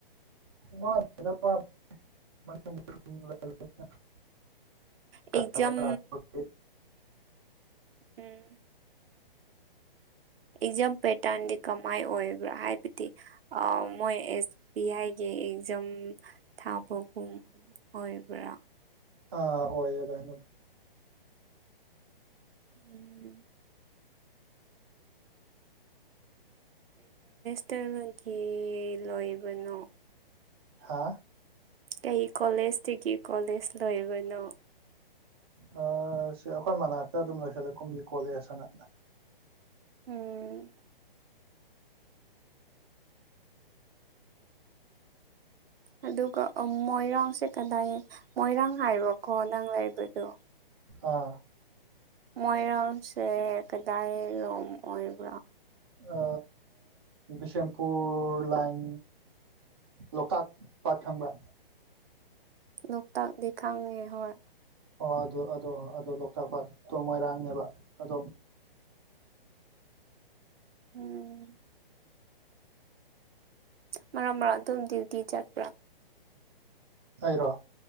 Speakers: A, on the right; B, on the right.
A: <unintelligible> ꯀꯁꯇꯥꯃꯔ
B: ꯑꯦꯛꯖꯥꯝ
A: ꯂꯥꯛꯄꯒꯤ
B: ꯎꯝ ꯑꯦꯛꯖꯥꯝ ꯄꯦꯇꯔꯟꯗꯤ ꯀꯝ ꯃꯥꯏ ꯑꯣꯏꯕ꯭ꯔꯥ ꯍꯥꯏꯕꯗꯤ ꯑ ꯃꯣꯏ ꯑꯦꯁ ꯕꯤ ꯑꯥꯏꯒꯤ ꯑꯦꯛꯖꯥꯝ ꯊ ꯄꯣꯒꯨꯝ ꯑꯣꯏꯕ꯭ꯔꯥ
A: ꯑꯥ ꯑꯣꯏꯌꯦ ꯑꯗꯨꯃꯥꯢꯅ ꯗꯨꯝ
B: ꯎꯝ ꯏꯟꯇꯔꯅꯦꯜꯒꯤ ꯂꯣꯏꯕꯅꯣ
A: ꯍꯥꯥ
B: ꯀꯩ ꯀꯣꯂꯦꯖꯇꯒꯤ ꯀꯣꯂꯦꯖ ꯂꯣꯢꯕꯅꯣ
A: ꯑ ꯁꯤ ꯑꯩꯈꯣꯏ ꯃꯅꯥꯛꯇ ꯑꯗꯨꯝ ꯂꯣꯏꯁꯤꯜꯂꯦ ꯀꯨꯝꯕꯤ ꯀꯣꯂꯦꯖꯅ
B: ꯎꯝ ꯑꯗꯨꯒ ꯑ ꯃꯣꯏꯔꯥꯡꯁꯦ ꯀꯗꯥꯏ ꯃꯣꯏꯔꯥꯡ ꯍꯥꯏꯔꯣꯀꯣ ꯅꯪ ꯂꯩꯕꯗꯨ
A: ꯑꯥ
B: ꯃꯣꯏꯔꯥꯡꯁꯦ ꯀꯗꯥꯢ ꯂꯣꯝ ꯑꯣꯏꯕ꯭ꯔꯥ
A: ꯑ ꯕꯤꯁꯦꯝꯄꯨꯔ ꯂꯥꯏꯟ ꯂꯣꯛꯇꯥꯛ ꯄꯥꯠ ꯈꯪꯕ꯭ꯔꯥ
B: ꯂꯣꯛꯇꯥꯛꯇꯤ ꯈꯪꯉꯦ ꯍꯣꯏ
A: ꯑꯣ ꯑꯗꯨ ꯑꯗꯣ ꯑꯗꯨ ꯂꯣꯛꯇꯥꯛ ꯄꯥꯠ ꯃꯣꯏꯔꯥꯡꯅꯦꯕ ꯑꯗꯣꯝ
B: ꯎꯝ ꯃꯔꯛ ꯃꯔꯛ ꯑꯗꯨꯝ ꯗꯋꯨꯇꯤ ꯆꯠꯄ꯭ꯔꯥ
A: ꯑꯩꯔꯣ